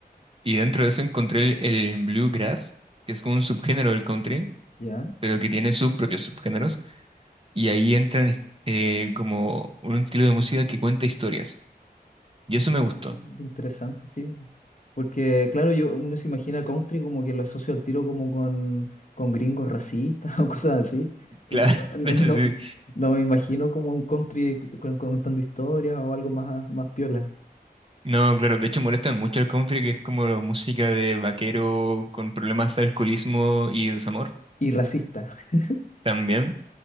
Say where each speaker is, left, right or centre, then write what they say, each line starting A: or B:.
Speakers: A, on the right; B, on the left.
A: Y dentro de eso encontré el, el bluegrass, que es como un subgénero del country,
B: Ya.
A: pero que tiene sus propios subgéneros. Y ahí entran eh, como un estilo de música que cuenta historias. Y eso
B: Ah,
A: me gustó.
B: Interesante, sí. Porque, claro, yo, uno se imagina country como que lo asocio al tiro como con, con gringos racistas <laughs> o cosas así. Entonces,
A: Claro, <laughs>
B: no, no,
A: de hecho
B: no-
A: sí.
B: no me imagino como un country con- con- contando historias o algo más, más piola.
A: No, claro, de hecho molestan mucho el country, que es como la música de vaquero con problemas de alcoholismo y desamor
B: Y racista. <laughs>
A: también.